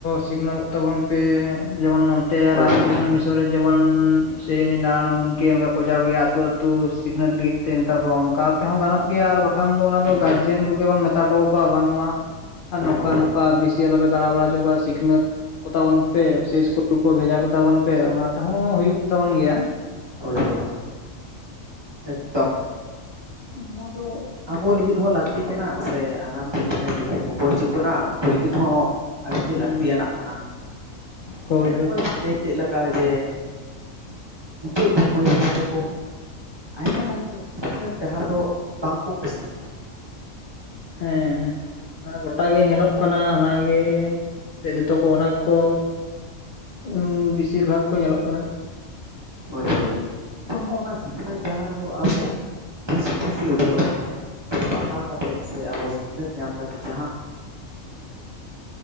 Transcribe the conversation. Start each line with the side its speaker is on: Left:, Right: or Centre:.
Left: ᱥᱤᱠᱷᱱᱟᱹᱛᱚᱜ ᱛᱟᱵᱚᱱ ᱯᱮ, ᱡᱮᱢᱚᱱ ᱛᱮ
Right: ᱦᱳᱭ
Left: ᱨᱟᱢ
Right: ᱦᱳᱭ
Left: ᱠᱨᱤᱥᱱᱚ ᱢᱤᱥᱚᱱ ᱨᱮ ᱡᱮᱢᱚᱱ ᱥᱮ ᱩᱱᱤ ᱱᱟᱨᱟᱱ ᱜᱚᱢ ᱠᱮ ᱚᱱᱠᱟ ᱯᱨᱚᱪᱟᱨ ᱠᱚ ᱜᱮᱭᱟ ᱟᱹᱛᱩ ᱟᱹᱛᱩ ᱥᱤᱠᱷᱱᱟᱹᱛ ᱞᱟᱹᱜᱤᱫ ᱛᱮ ᱢᱮᱛᱟ ᱠᱚᱣᱟ ᱚᱱᱠᱟ ᱛᱮᱦᱚᱸ ᱜᱟᱱᱚᱜ ᱜᱮᱭᱟ ᱟᱨ ᱵᱟ ᱠᱷᱟᱱ ᱫᱚ ᱚᱱᱟ ᱫᱚ
Right: ᱦᱳᱭ
Left: ᱜᱟᱨᱡᱮᱱ
Right: ᱦᱳᱭ ᱦᱳᱭ
Left: ᱠᱚᱜᱮ ᱵᱚᱱ ᱢᱮᱛᱟ ᱦᱚᱴᱚ ᱟᱠᱚᱣᱟ ᱵᱟᱝᱢᱟ ᱟᱨ ᱱᱚᱠᱟ
Right: ᱦᱳᱭ ᱦᱳᱭ
Left: ᱱᱚᱠᱟ ᱵᱤᱥ ᱟᱞᱚᱯᱮ ᱫᱟᱲᱟ ᱵᱟᱲᱟ ᱦᱚᱪᱚ ᱟᱠᱚᱣᱟ ᱥᱤᱠᱷᱱᱟᱹᱛ ᱠᱚᱛᱟᱵᱚᱱ ᱯᱮ ᱥᱮ ᱤᱥᱠᱩᱞ ᱠᱚ ᱵᱷᱮᱡᱟ ᱠᱚᱛᱟᱵᱚᱱ ᱯᱮ ᱚᱱᱟ ᱛᱮᱦᱚᱸ ᱦᱩᱭᱩᱜ ᱛᱟᱵᱚᱱ ᱜᱮᱭᱟ᱾
Right: ᱦᱳᱭ ᱦᱳᱭ ᱮᱠᱫᱚᱢ, ᱱᱚᱣᱟᱫᱚ ᱟᱵᱚ ᱞᱮᱜᱤᱫ ᱦᱚᱸ ᱞᱟᱠᱛᱤ ᱠᱟᱱᱟ ᱥᱮ ᱟᱜᱟᱢ ᱫᱤᱱ ᱡᱟᱸᱦᱟᱭ ᱯᱤᱲᱦᱤ ᱠᱚᱠᱚ ᱦᱤᱡᱩᱜ ᱠᱟᱱᱟ ᱩᱱᱠᱩ ᱞᱮᱜᱤᱫ ᱦᱚᱸ ᱟᱹᱰᱤᱜᱮ
Left: ᱦᱩᱸ
Right: ᱞᱟᱹᱠᱛᱤᱭᱟᱱᱟᱜ ᱠᱟᱱᱟ᱾
Left: ᱦᱳᱭ
Right: ᱛᱚ
Left: ᱦᱳᱭ
Right: ᱱᱚᱜ-ᱚᱭ ᱵᱤᱱ ᱞᱟᱹᱭ ᱠᱮᱫ ᱞᱮᱠᱟ ᱡᱮ ᱛᱳᱜ ᱢᱟᱹᱭ ᱵᱟᱵ ᱛᱟᱠᱚ ᱟᱭᱢᱟ ᱜᱟᱱ ᱜᱮ ᱥᱤᱠᱷᱱᱟᱹᱛ ᱰᱟᱦᱟᱨ ᱫᱚ ᱵᱟᱝ ᱠᱚ ᱠᱩᱥᱤᱭᱟᱜ ᱠᱟᱱᱟ᱾
Left: ᱦᱮᱸ ᱦᱮᱸ ᱚᱱᱟ ᱜᱚᱴᱟ ᱜᱮ ᱧᱮᱞᱚᱜ ᱠᱟᱱᱟ ᱚᱱᱟᱜᱮ᱾ ᱜᱮ ᱫᱮ ᱡᱚᱛᱚ ᱠᱚ ᱚᱱᱟ ᱠᱚ ᱩᱸ ᱵᱤᱥᱤᱨ ᱵᱷᱟᱜᱽ ᱠᱚ ᱧᱮᱞᱚᱜ ᱠᱟᱱᱟ᱾
Right: ᱦᱳᱭ ᱦᱳᱭ ᱛᱚ ᱱᱚᱜᱼᱚᱱᱟ ᱥᱤᱠᱷᱱᱟᱹᱛ ᱰᱟᱦᱟᱨ ᱫᱚ ᱟᱵᱚ ᱫᱤᱥ ᱦᱩᱫᱤᱥᱮ ᱩᱫᱩᱜ ᱟᱵᱚᱱᱟᱭ ᱥᱮ ᱯᱟᱲᱦᱟᱣ ᱠᱟᱛᱮᱫ ᱥᱮ ᱟᱵᱚ ᱥᱤᱠᱷᱱᱟᱹᱛ ᱧᱟᱢ ᱠᱟᱛᱮᱫ ᱡᱟᱸᱦᱟ
Left: ᱦᱮᱸ <unintelligible>